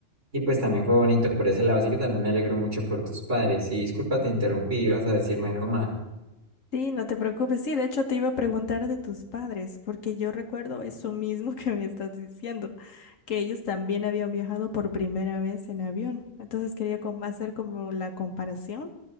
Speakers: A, on the right; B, on the left.
A: y pues también fue bonito por ese lado, así que también me alegro mucho por tus padres. Y disculpa, te interrumpí, ibas a decirme algo más.
B: Sí, no te preocupes. Sí, de hecho te iba a preguntar de tus padres, porque yo recuerdo eso mismo <laughs> que me estás diciendo, que ellos también habían viajado por primera vez en avión. Entonces quería com- hacer como la comparación,